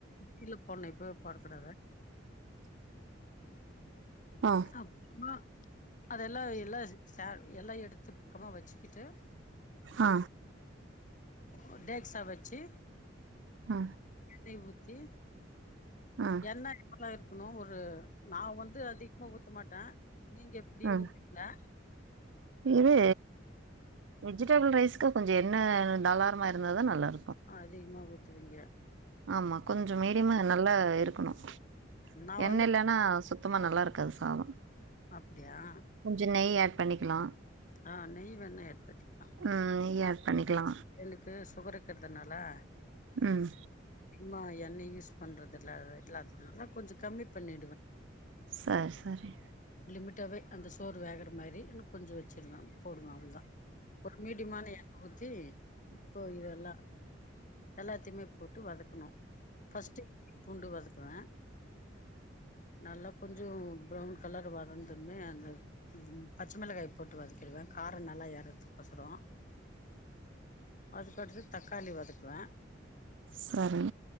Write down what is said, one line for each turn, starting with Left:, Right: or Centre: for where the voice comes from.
Left: கில போன்னு இப்பவே போடக்கூடாத ம்
Right: ஆ
Left: அப்பா அதெல்லா எல்லா எல்லா எடுத்து பக்கமா வச்சுக்கிட்டு
Right: ஆ
Left: ஒன்டே எக்சாம்வெச்சு
Right: ஆ
Left: எண்ணய ஊத் ஏ
Right: ஆ
Left: என்ன இவ்வள இருக்கு நா ஒரு நா வந்து அதிக ஊத்த மாட்டா நீங்க எப்டி
Right: ஆ
Left: ஊத்வீங்ளா
Right: இது வெஜிடபல் ரைஸ் இ கொஞ்சோ எண்ண தாளாரமாக இருந்தாதா நல்லா இருக்
Left: அதிகமா ஊத் த்துவீங்க
Right: ஆமா கொஞ்சோ மீடியமா நல்லா இருக்கு க்கனு
Left: நா வந்து
Right: எண்ண இல்லனா சு சுத்தமா நல்லா இருக்காது சாதோ
Left: அப்டியா
Right: கொஞ்சோ நெய் பண்ணிக்கலா
Left: ஆ நெய் வேணா எடுத்துக்களா
Right: ம் நெய் ஆட் பண்ணிக்கலா
Left: எனக்கு சுகர் இருக்குறதுனாலா
Right: உம்
Left: மா எண்ண யூஸ் பண்றது இல்ல இல்லாததுனால கொஞ்சோ கம்மி பண்ணி
Right: சரி சரி
Left: லிமிட்டாகவே அந்த சோர் வேகுற மாரி எனக்கு கொஞ்சோ வச்சு இன்னு போடுங்க அவ்வளதா ஒரு மீடியமான தே இப்போ இதெல்லா எல்லாத்தையுமே போட்டு வதக்கணு ஃபஸ்ட்டு பூண்டு வதக் க்குவா நல்லப் கொஞ்சோ ப்ரௌன் கலர் வரதன்நே அந்த ந் பச்ச மிளகாய் போட்டு வதக்கிடுவே காரோ நல்லா எர கொசரோ அதுக்கடுத்து தக்காளி வதக்கு க்குவ
Right: சரி